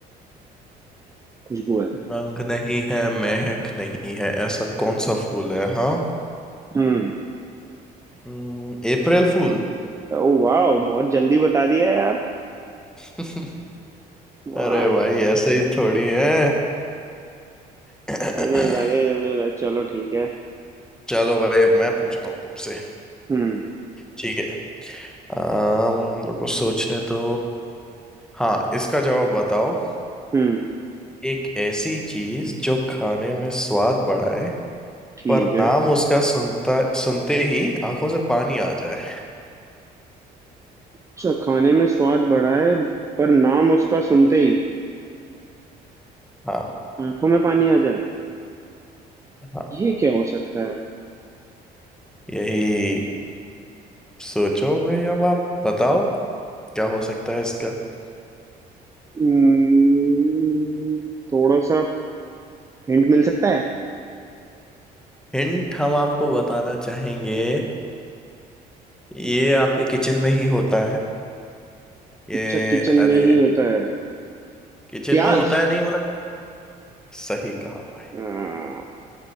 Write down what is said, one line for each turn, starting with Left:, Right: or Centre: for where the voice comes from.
Right: खुशबू है
Centre: रंग नहीं है महक नहीं है ऐसा कौन सा फूल है हाँ
Right: हम्म
Centre: हम्म, अप्रैल फूल
Right: ओ वाह बहुत जल्दी बता दिया यार
Centre: <laughs>
Right: स्मार्ट
Centre: अरे भाई ऐसे ही थोड़ी है <clears throat>
Right: जल्दी बता दिया
Centre: <coughs>
Right: जल्दी बता चलो ठीक है
Centre: चलो भाई अब मैं पूछता हूँ तुमसे
Right: हम्म
Centre: ठीक है आम, रुको सोचने तो हाँ इसका जवाब बताओ
Right: हम्म
Centre: एक ऐसी चीज जो खाने में स्वाद बढ़ाए
Right: ठीक
Centre: पर नाम
Right: है
Centre: उसका सुनता सुनते ही आंखों से पानी आ जाए
Right: अच्छा खाने में स्वाद बढ़ा है पर नाम उसका सुनते ही
Centre: हाँ
Right: आंखों में पानी आ जाए
Centre: हाँ
Right: ये क्या हो सकता है
Centre: यही सोचो भाई अब आप बताओ क्या हो सकता है इसका
Right: हम्म, थोड़ा सा हिंट मिल सकता है
Centre: हिंट हम आपको बताना चाहेंगे ये आपके किचन में ही होता है ये
Right: अच्छा किचन
Centre: अरे
Right: में ही होता है
Centre: किचन
Right: प्याज
Centre: में होता है नहीं मतलब सही कहा भाई
Right: हाँ